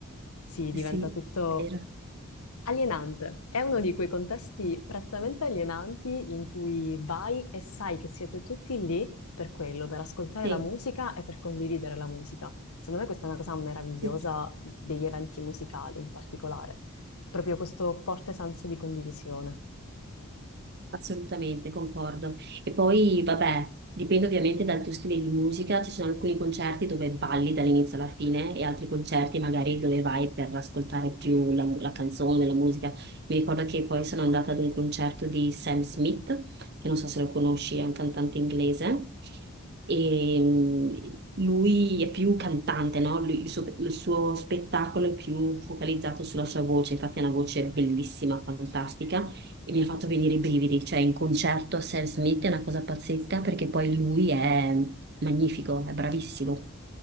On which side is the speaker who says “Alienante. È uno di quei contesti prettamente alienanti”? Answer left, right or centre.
Left